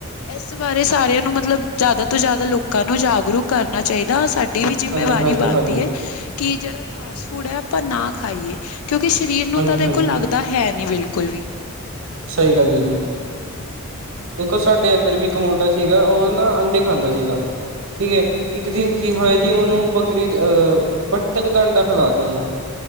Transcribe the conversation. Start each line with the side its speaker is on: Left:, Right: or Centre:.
Left: ਇਸ ਬਾਰੇ ਸਾਰਿਆਂ ਨੂੰ ਮਤਲਬ ਜ਼ਿਆਦਾ ਤੋਂ ਜ਼ਿਆਦਾ ਲੋਕਾਂ ਨੂੰ ਜਾਗਰੁਕ ਕਰਨਾ ਚਾਹੀਦਾ ਸਾਡੀ ਵੀ
Right: ਹਾਂਜੀ,
Left: ਜਿੰਮੇਵਾਰੀ
Right: ਹਾਂਜੀ,
Left: ਬਣਦੀ
Right: ਹਾਂਜੀ,
Left: ਹੈ ਕਿ ਜਿਹੜਾ ਫਾਸਟ ਫੂਡ ਹੈ ਆਪਾਂ ਨਾ ਖਾਈਏ ਕਿਉਂਕਿ ਸਰੀਰ ਨੂੰ ਤਾਂ
Right: ਹਾਂਜੀ,
Left: ਦੇਖੋ
Right: ਹਾਂਜੀ।
Left: ਲੱਗਦਾ ਦਾ ਹੈ ਨੀ ਬਿਲਕੁਲ ਵੀ
Right: ਸਹੀ ਗੱਲ ਹੈ ਜੀ। ਦੇਖੋ, ਸਾਡੇ ਇੱਧਰ ਵੀ ਇੱਕ ਮੁੰਡਾ ਸੀਗਾ, ਉਹ ਨਾ ਅੰਡੇ ਖਾਂਦਾ ਸੀਗਾ। ਠੀਕ ਹੈ, ਇੱਕ ਦਿਨ ਕੀ ਹੋਇਆ ਜੀ ਉਹਨੂੰ ਬੱਕਰੀ ਅਹ ਬਟਕ ਦਾ ਅੰਡਾ ਖਿਲਾ ਤਾ ਜੀ।